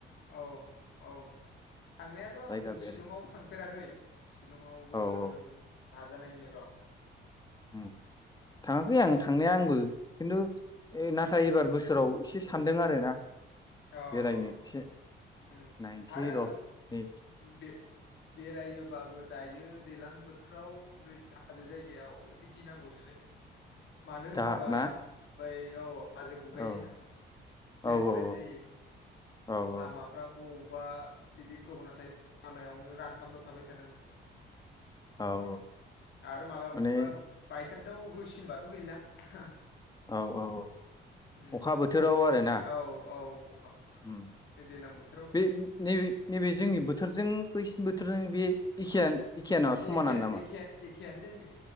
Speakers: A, on the left (about 70°); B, on the left (about 20°).
A: औ औ थांनायाथ आं
B: जायगा बेराय
A: शिलंआवबो थांफेराखै शिलंआवबो
B: औ औ
A: नाजानायनि र
B: होम थांङाखै आं थांनाया आंबो खिन्थु नाथाय एबार बो सोराव एसे सानदों आरोना
A: अ अ ओम
B: बेरायनो एसे नायनोसै
A: आरो
B: र' नै
A: बे बेरायोबाबो दायो दैलां बोथोराव बे हाजो जायगायाव एसे गिनांगौसोलै मानो होनोबा
B: दा ना
A: बै अ हाजो गुगायोना
B: औ औ
A: लेन्डस्लाइड
B: औ
A: जायो
B: औ
A: लामाफ्रा
B: औ
A: ब बा बिदि गोब'ना थायो लामायावनो रानथाबना थाबाय थानांगोनसो
B: औ औ
A: आरो मालाबा
B: माने
A: बायसान्साव होसिनबाथ' गैला हा
B: औ औ औ
A: ओम
B: अखा बोथोराव आरोना
A: औ औ अखा बोथोराव
B: उम
A: बे दैज्लां बो
B: बे नैबे नैबे जोंनि बोथोर जों बैसनि बोथोरजों बे एखेयानो एखेयानो नामा समानानो
A: एखे
B: नामा
A: -एखे आनो जायो